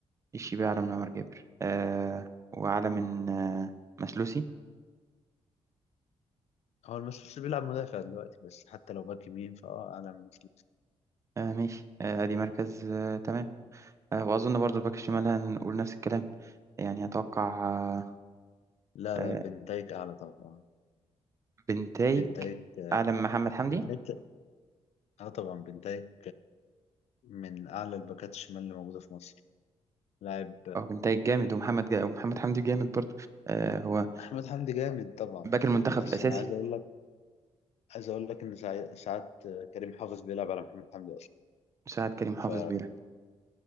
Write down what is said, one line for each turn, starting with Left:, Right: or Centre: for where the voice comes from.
Right: الشيبي أعلى من عمر جابر آه وأعلى من آه مسلوسي
Left: هو المسؤول بيلعب مدافع دلوقتي بس حتى لو باك يمين فأه أعلى من مسؤول
Right: آه ماشي آه أدي مركز آه تمام آه وأظن برضو الباك الشمال هنقول نفس الكلام يعني أتوقع آه
Left: لا
Right: آه
Left: لا بنتايك أعلى طبعا
Right: بنتايج
Left: بنتايك
Right: أعلى من محمد حمدي
Left: بنتايك اه طبعا بنتايك من أعلى الباكات الشمال اللي موجودة في مصر لاعب
Right: أو بنتايج جامد ومحمد جا ومحمد حمدي جامد برضو آه هو
Left: احمد حمدي جامد طبعا
Right: باك المنتخب
Left: بس
Right: الأساسي
Left: انا عايز اقول لك عايز اقول لك ان ساع- ساعات كريم حافظ بيلعب على محمد حمدي اصلا
Right: مساعد كريم حافظ
Left: ف...
Right: بيلعب